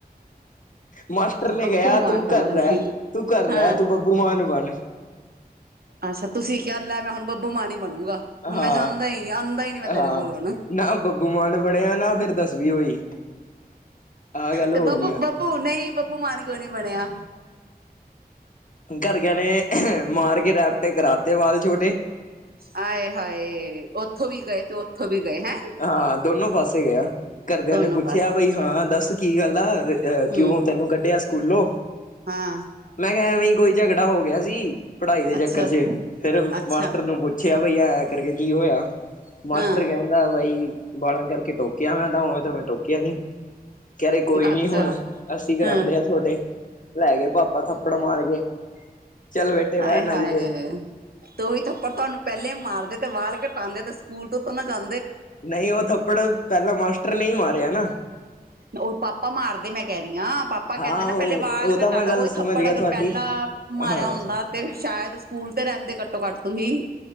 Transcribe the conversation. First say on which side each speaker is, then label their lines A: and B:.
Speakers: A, on the left; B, on the right.
A: ਮਾਸਟਰ ਨੇ
B: ਬੱਬੂ
A: ਕਿਹਾ
B: ਮਾਨ
A: ਤੂੰ
B: ਬਣਨਾ
A: ਘਰ ਰਹਿ
B: ਸੀ
A: ਤੂੰ ਘਰ
B: ਹਾਂ
A: ਰਹਿ ਤੂੰ ਬੱਬੂ ਮਾਂ ਨੂੰ ਬਣ
B: ਅੱਛਾ ਤੁਸੀਂ ਕਿਆ ਲੈ ਮੈਂ ਹੁਣ ਬੱਬੂ ਮਾਣ ਈ ਬਣੂਗਾ। ਹੁਣ
A: ਹਾਂ
B: ਮੈਂ ਜਾਂਦਾ ਹੀ ਨੀ ਆਉਂਦਾ ਹੀ ਨੀ ਮੈਂ ਤੇਰੇ
A: -ਹਾਂ
B: ਕੋਲ ਹੁਣ
A: ਨਾ ਬੱਬੂ ਮਾਨ ਬਣਿਆ ਨਾ ਫਿਰ ਦਸਵੀਂ ਹੋਈ। ਆਹ ਗੱਲ
B: ਤੇ
A: ਹੋ
B: ਬੱਬੂ-
A: ਗਈ ਆ
B: ਬੱਬੂ ਨਹੀਂ ਬੱਬੂ ਮਾਨ ਕਿਉਂ ਨੀ ਬਣਿਆ।
A: ਘਰ ਕਿਆਂ ਨੇ ਮਾਰ ਕੇ ਰੈਪਟੇ ਕਰਾਤੇ ਵਾਲ ਛੋਟੇ
B: ਆਏ ਹਾਏ ਉੱਥੋਂ ਵੀ ਗਏ ਤੇ ਉੱਥੋਂ ਵੀ ਗਏ। ਹੈਂ
A: ਹਾਂ ਦੋਨੋ ਪਾਸੇ ਗਿਆ। ਘਰਦਿਆਂ
B: ਦੋਨੋ
A: ਨੇ ਪੁੱਛਿਆ
B: ਪਾਸੇ
A: ਬਈ
B: ਗਏ
A: ਹਾਂ ਦੱਸ ਕੀ ਗੱਲ ਆ
B: ਹਮ
A: ਕਿਉਂ ਤੈਨੂੰ ਕੱਢਿਆ ਸਕੂਲੋਂ
B: ਹਾਂ
A: ਮੈਂ ਕਿਹਾ ਵੀ ਕੋਈ ਝਗੜਾ ਹੋ ਗਿਆ ਸੀ ਪੜ੍ਹਾਈ ਦੇ
B: ਅੱਛਾ
A: ਚੱਕਰ ਚ ਫੇਰ
B: ਅੱਛਾ
A: ਮਾਸਟਰ ਨੂੰ ਪੁੱਛ ਪੁਛਿਆ ਬਈ ਐਂ ਕਰਕੇ ਕੀ ਹੋਇਆ ਮਾਸਟਰ
B: ਹਾਂ
A: ਕਹਿਣ ਬਾਈ ਬਾਲਾਂ ਕਰਕੇ ਟੋਕਿਆ ਮੈਂ ਤਾਂ ਉਵੇਂ ਤਾਂ ਮੈਂ ਟੋਕਿਆ ਨੀ। ਕਰੇ ਕੋਈ ਨੀ
B: ਅੱਛਾ
A: ਹੁਣ ਅੱਸੀ ਕਰਾਉਂਦੇ
B: ਹਾਂ
A: ਆ ਛੋਟੇ ਲੈ ਗਏ ਪਾਪਾ ਥੱਪੜ ਮਾਰ ਕੇ ਚੱਲ ਬੇਟੇ ਬਹਿ
B: ਆਏ
A: ਨਾਈ
B: ਹਾਏ
A: ਤੇ
B: ਤੇ ਉਹੀ ਥੱਪੜ ਤੁਹਾਨੂੰ ਪਹਿਲੇ ਮਾਰ ਦਿੱ ਤੇ ਵਾਲ ਘਟਾਂਦੇ ਤੇ ਸ ਸਕੂਲ ਤੋਂ ਉੱ ਨ ਜਾਂ
A: ਨਹੀਂ ਉਹ ਥੱਪੜ ਪਹਿਲਾਂ ਮਾਸਟਰ ਨੇ ਮਾਰਿਆ ਨਾ।
B: ਉਹ ਪਾਪਾ ਮਾਰਦੇ ਮੈਂ ਕਹਿ ਪਾਪਾ ਕਹਿੰਦੇ
A: ਹਾਂ
B: ਨਾ
A: ਉਹ
B: ਪਹਿਲੇ ਵਾਲ
A: ਉਹ
B: ਕੱਟਾ
A: ਤਾਂ ਮੈਂ
B: ਲਾ
A: ਗੱਲ
B: ਉਹੀ
A: ਸਮਝ
B: ਥੱਪੜ
A: ਗਿਆ
B: ਅਗਰ
A: ਤੁਹਾਡੀ
B: ਪਹਿਲਾਂ ਮਾਰਿਆ
A: ਹਾਂ
B: ਹੁੰਦਾ ਤੇ ਫੇਰ ਸ਼ਾਇਦ ਸ਼ਾਇਦ ਸਕੂਲ ਤੇ ਰਹਿੰਦੇ ਘੱਟੋ ਘੱਟ ਤੁਹੀ